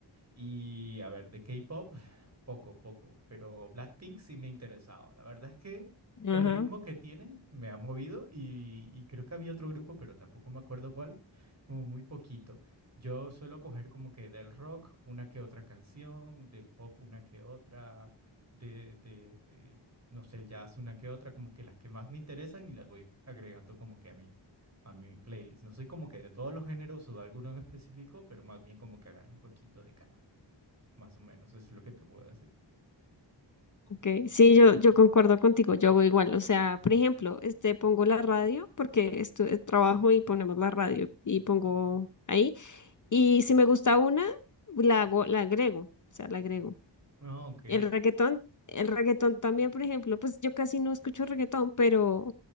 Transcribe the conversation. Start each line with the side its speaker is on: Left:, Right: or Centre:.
Right: Y a ver, de K-pop. Poco, poco, pero Blackpink sí me ha interesado. La verdad es que
Left: Ajá.
Right: el ritmo que tienen me ha movido y, y creo que había otro grupo, pero tampoco me acuerdo cuál, como muy poquito. Yo suelo coger como que del rock una que otra canción, del pop una que otra, de, de eh, no sé, el jazz una que otra, como que las que más me interesan y las voy agregando como que a mi, a mi playlist. No soy como que de todos los géneros o de alguno en específico, pero más bien como que agarro un poquito de cada. Más o menos, eso es lo que te puedo decir.
Left: Okay, sí, yo, yo concuerdo contigo, yo hago igual, o sea, por ejemplo, este, pongo la radio porque estu- eh, trabajo y ponemos la radio y pongo ahí, y si me gusta una, la hago, la agrego, o sea, la agrego.
Right: Ah, Ok,
Left: El reggaetón, el reggaetón también, por ejemplo, pues yo casi no escucho reggaetón, pero,